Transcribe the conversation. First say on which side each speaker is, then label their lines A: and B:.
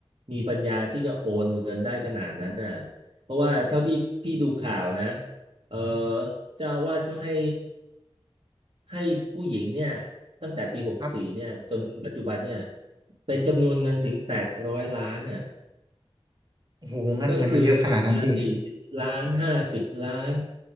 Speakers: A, on the right (about 70°); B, on the right (about 40°).
A: มีปัญญาที่จะโอนเงินได้ขนาดนั้นน่ะเพราะว่าเท่าที่พี่ดูข่าวนะเออเจ้าอาวาสก็ให้ให้ผู้หญิงเนี่ยตั้งแต่ปีหกสี่เนี่ยจนถึงปัจจุบันเนี่ย
B: ครับ
A: เป็นจำนวนเงินถึงแปดร้อยล้านน่ะ
B: โอ้โหเงินอะไรมันเยอะขนาดนั้นพี่
A: ก็คือโอนทีละสี่สิบล้านห้าสิบล้าน